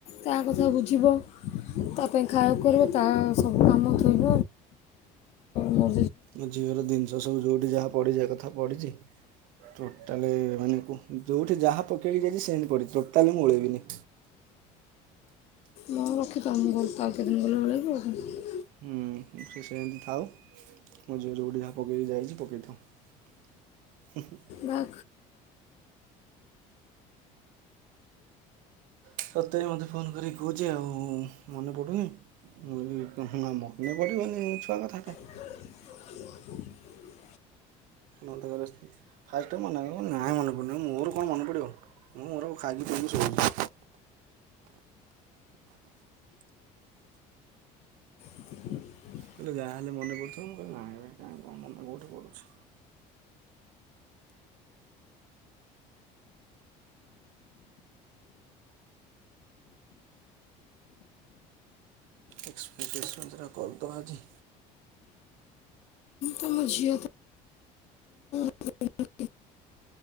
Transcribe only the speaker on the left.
ତା କଥା ବୁଝିବା। ତା ପାଇଁ ଖାଇବାକୁ କରିବ ତା ସବୁ କାମ ଥୋଇବ ମ
ହଁ ରଖିଥାଉ ମୁ ଘର ତ ଆଉ କେଦିନ ଗଲେ ଭଳେଇବ ଆଉ।
ବା।
<inaudible>
ହ <inaudible>
ତମଝିଅ ତ ହ <inaudible>